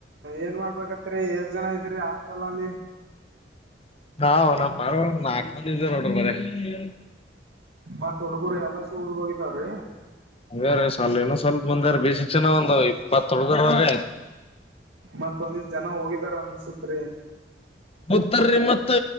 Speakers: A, on the right; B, on the left.
A: ಏನ್ ಮಾಡ್ಬೇಕತ್ರಿ ಎಷ್ಟ್ ಜನ ಇದ್ರಿ ಹಾಸ್ಟೆಲ್ ಅಲ್ಲಿ.
B: ಹಾ ನಾವು ಬರ ನಾಲ್ಕ ಮಂದಿ ಇದ್ದೇವಿ ನೋಡ್ರಿ ಬರೆ-
A: ಮತ್ ಹುಡುಗುರು ಎಲ್ಲಾ ಸ್ಕೂಲ್ಗೆ ಹೋಗಿದಾವ್ರೀ
B: ಹಂಗ್ರೀ ಸಲ್ ಇನ್ನ ಸ್ವಲ್ಪ್ ಬಂದ ಬಸ ಚನ ಒಂದ್ ಇಪ್ಪತ್ತೊಳ್ಗರ್ ಆಯ್ತು.
A: ಮತ್ತೊಂದು ಇಷ್ಟ್ ಜನ ಹೋಗಿದಾರೆ ಅನ್ಸುತೆ ರೀ.
B: ಬತರೀ ಮತ್ತೆ